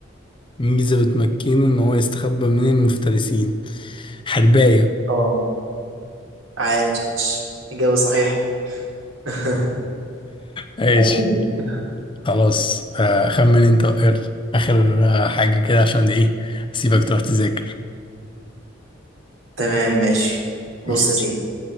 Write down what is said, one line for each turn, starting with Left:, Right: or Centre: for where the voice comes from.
Left: ميزة بتمكنه ان هو يستخبى من المفترسين حرباية
Right: اه عاش إجابة صحيحة <laughs>
Left: ماشي
Right: عاش جدا
Left: خلاص آه، خمن انت اخر اخر آه، حاجة كده عشان ايه اسيبك تروح تذاكر
Right: تمام ماشي بص
Left: ماشي.
Right: يا سيدي